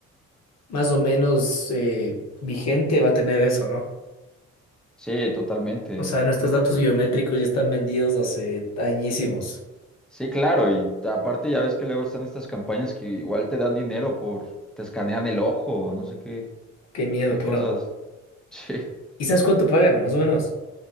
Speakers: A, on the left (about 60°); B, in the centre.
A: más o menos eh, vigente, va a tener eso, ¿no?
B: Sí, totalmente.
A: O sea, nuestros datos biométricos ya están vendidos hace añísimos.
B: Sí, claro, y ta- aparte ya ves que luego están estas campañas que igual te dan dinero por, te escanean el ojo, no sé qué,
A: Qué miedo,
B: qué
A: pero.
B: cosas. <laughs> Sí.
A: ¿Y sabes cuánto pagan? Más o menos.